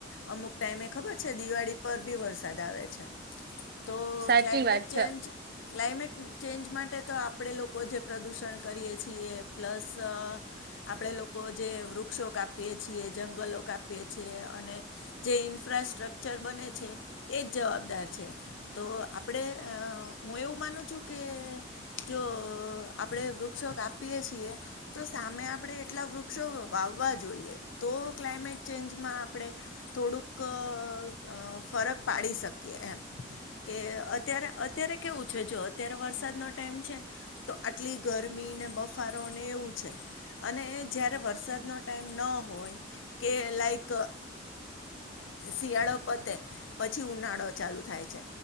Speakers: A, on the left (about 80°); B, on the right (about 50°).
A: અમુક ટાઈમે ખબર છે દિવાળી પર ભી વરસાદ આવે છે.
B: <inaudible> <inaudible>
A: તો
B: સાચી
A: ક્લાઇમેટ
B: વાત છે
A: ચેન્જ ક્લાઇમેટ ચેન્જ માટે તો આપણે લોકો જે પ્રદૂષણ કરીએ છીએ પ્લસ અ આપડે લોકો જે વૃક્ષો કાપીએ છીએ જંગલો કાપી આપ છે અને જે ઇન્ફ્રાસ્ટ્રકચર બને છે એ જ જવાબદાર છે તો આપણે અ હું એવું માનું છું કે જો અ આપણે વૃક્ષો કાપિયે છીએ તો સામે આપણે એટલા વૃક્ષો વાવવા જોઈએ તો ક્લાયમેટ ચેન્જ ચેન્જ માં આપણે થોડુંક અ ફરક પાડી શકીએ એમ કે અત્યારે અત્યારે કેવું છે જો અત્યારે વરસાદનો ટાઈમ છે તો આટલી ગરમીને બફારો ને એવું છે અને જયારે વરસાદનો ટાઈમ ન હોય કે લાઈક અ શિયાળો પતે પછી ઉનાળો ચાલુ થાય છે